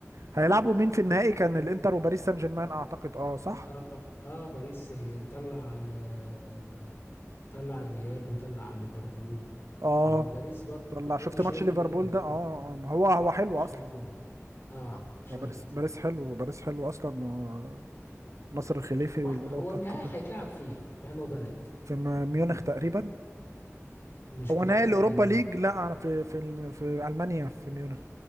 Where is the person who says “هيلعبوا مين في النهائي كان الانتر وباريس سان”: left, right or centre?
Right